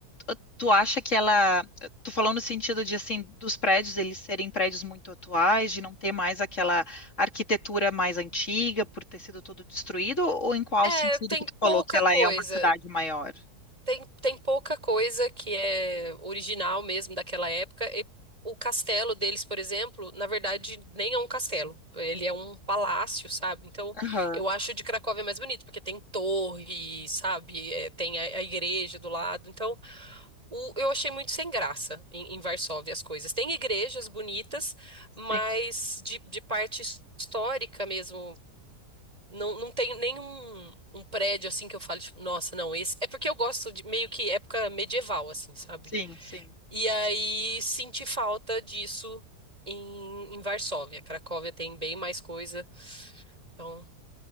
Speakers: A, on the left; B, on the right.
A: Tu tu acha que ela. Tu falou no sentido de, assim, dos prédios eles serem prédios muito atuais, de não ter mais aquela arquitetura mais antiga por ter sido tudo destruído, ou em qual
B: É,
A: sentido
B: tem
A: que tu falou
B: pouca
A: que ela
B: coisa,
A: é uma cidade maior?
B: tem, tem pouca coisa que é original mesmo daquela época. E o castelo deles, por exemplo, na verdade, nem é um castelo, ele é um palácio, sabe? Então,
A: Aham,
B: eu acho o de Cracóvia mais bonito, porque tem torre, sabe? É, tem a a igreja do lado, então. O- eu achei muito sem graça em, em Varsóvia as coisas. Tem igrejas bonitas, mas
A: Sim,
B: de, de parte his- histórica mesmo. Não, não tem nenhum um prédio assim que eu falo, tipo, nossa, não, esse. É porque eu gosto de meio que época medieval, assim, sabe?
A: sim, sim.
B: E aí senti falta disso em, em Varsóvia. Cracóvia tem bem mais coisa. Então.